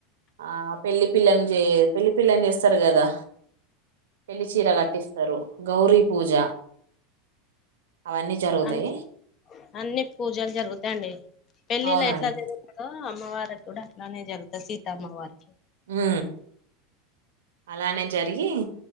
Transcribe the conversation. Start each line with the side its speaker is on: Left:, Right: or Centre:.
Right: ఆ పెళ్లి పిల్లను చే పెళ్లి పిల్లని చేస్తారు కదా. పెళ్లిచీర గట్టిస్తారు గౌరీ పూజ అవన్నీ జరుగుతాయి.
Left: అ అన్ని పూజలు జరుగుతాయిండి పెళ్ళిలో
Right: అవునండి
Left: ఎట్లా జరుగుతదో అమ్మవారికి కూడా అట్లానే జరుగుతది సీతమ్మవారికి
Right: మ్ అలానే జరిగి